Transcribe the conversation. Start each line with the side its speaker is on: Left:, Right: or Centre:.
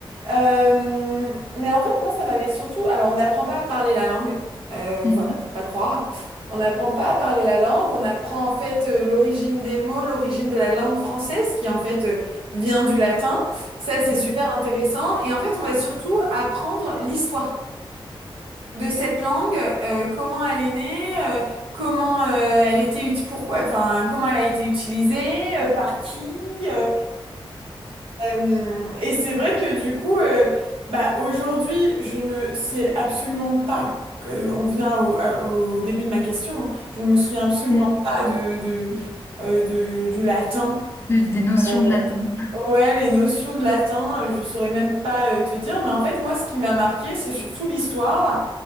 Right: Euh, mais en fait, moi, ça m'avait surtout. Alors, on n'apprend pas à parler la langue. Euh,
Left: Mhm.
Right: voilà, faut pas croire. On n'apprend pas à parler la langue. On apprend en fait euh, l'origine des mots, l'origine de la langue française, qui en fait euh, vient du latin. Ça, c'est
Left: Mhm.
Right: super intéressant. Et en fait, on va surtout apprendre l'histoire de cette langue, euh, comment elle est née, euh, comment euh, elle était ut- pourquoi, enfin, comment elle a été utilisée, euh, par qui. euh, euh, et c'est vrai que du coup, euh, bah, aujourd'hui, je ne sais absolument pas. que- on vient au, à- au début de ma question. hein. je ne me souviens absolument
Left: Mhm.
Right: pas de, de,
Left: Mhm.
Right: euh, de- du latin.
Left: De- des notions
Right: Euh,
Left: de latin.
Right: Ouais, les notions de latin, euh, je saurais même pas euh, te dire. Mais en fait, moi, ce qui m'a marqué, c'est surtout l'histoire.